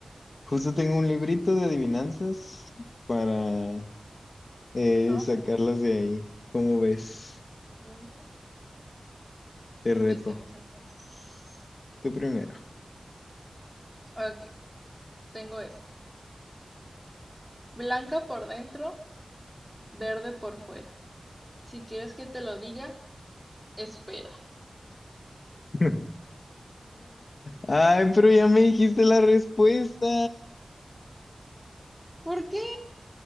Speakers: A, on the left; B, in the centre.
A: Justo tengo un librito de adivinanzas para eh,
B: Ah,
A: sacarlas
B: sí.
A: de ahí. ¿Cómo ves?
B: Mm,
A: Te
B: empecemos
A: reto.
B: entonces.
A: Tú primero.
B: Ok, tengo esto. Blanca por dentro, verde por fuera. Si quieres que te lo diga, espera.
A: <laughs> Ay, pero ya me dijiste la respuesta.
B: ¿Por qué?